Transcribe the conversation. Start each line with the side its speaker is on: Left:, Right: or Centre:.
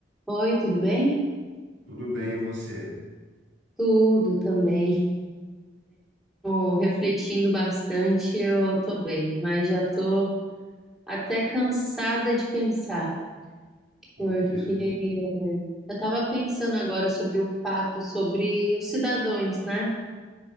Centre: Oi, tudo bem?
Right: Tudo bem, e você?
Centre: Tudo também. Tô refletindo bastante, eu tô bem, mas já tô até cansada de pensar,
Right: Por
Centre: porque
Right: quê?
Centre: eu estava pensando agora sobre o fato sobre os cidadãos, né?